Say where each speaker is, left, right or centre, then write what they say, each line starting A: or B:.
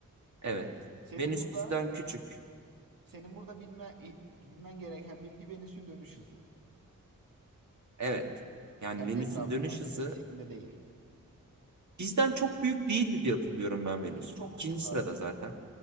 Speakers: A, on the right; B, on the right.
A: Evet.
B: Senin
A: Venüs
B: burada
A: bizden küçük.
B: senin burada bilme, i- bilmen gereken bilgi Venüs'ün dönüş hızı.
A: Evet. Yani
B: Kendi
A: Venüs'ün
B: etrafında
A: dönüş hızı
B: ama, ekseninde değil.
A: bizden çok büyük değildi diye hatırlıyorum ben Venüs'ü.
B: Venüs çok
A: İkinci
B: küçük abi.
A: sırada
B: bu
A: zaten.
B: arada.